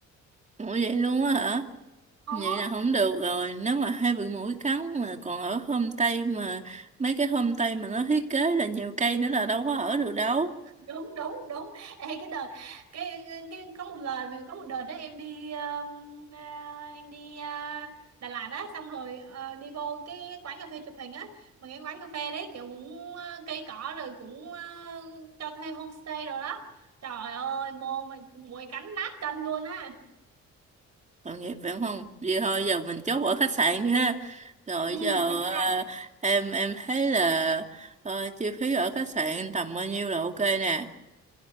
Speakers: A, on the right; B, on the right.
A: Ủa vậy luôn á hả?
B: ờ
A: Vậy là không được rồi, nếu mà hay bị muỗi cắn mà còn ở homestay mà mấy cái homestay mà nó thiết kế là nhiều cây nữa là đâu có ở được đâu.
B: đúng đúng đúng Ê, cái đợt cái, cái có một lời mà có một đợt đó em đi um, à, em đi à, Đà Lạt á xong rồi ờ, đi vô cái quán cà phê chụp hình á mà cái quán cà phê đấy kiểu cũng ờ, cây cỏ rồi cũng ờ, cho thuê homestay rồi đó trời ơi vô mà mùi cánh nát chân luôn á
A: Tội nghiệp phải không? Vậy thôi giờ mình chốt ở khách sạn đi ha. Rồi
B: ừ,
A: giờ
B: khách
A: à,
B: sạn
A: em em thấy là ờ, chi phí ở khách sạn tầm bao nhiêu là ok nè.